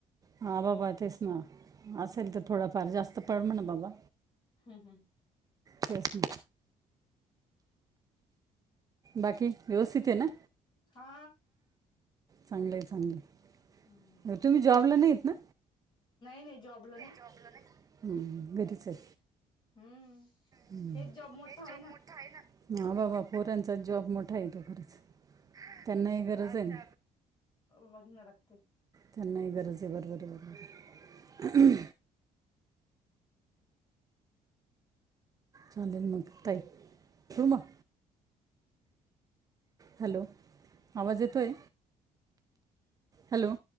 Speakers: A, on the right; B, on the left.
A: हा बाबा तेच ना असेल तर थोडाफार जास्त पड म्हणा बाबा
B: हम हम
A: त्याच म बाकी व्यवस्थित आहे ना
B: हा
A: चांगलं आहे चांगलं आहे
B: हम
A: तुम्ही जॉबला नाहीत ना
B: नाही जॉबला नाही
A: जॉब नाही घरीच आहे
B: हम्म
A: ह्
B: हेच जॉब मोठा आहे
A: जठ
B: ना
A: आहे ह बाबा पोरांचा जॉब मोठा येतो खरंच त्यांना ह गरज आहे ना
B: वघ् न लागते
A: त्यांना गरज आहे बरोबर बरोबर आहे चालेल मग तय होू म हॅलो आवाज येतोय हॅलो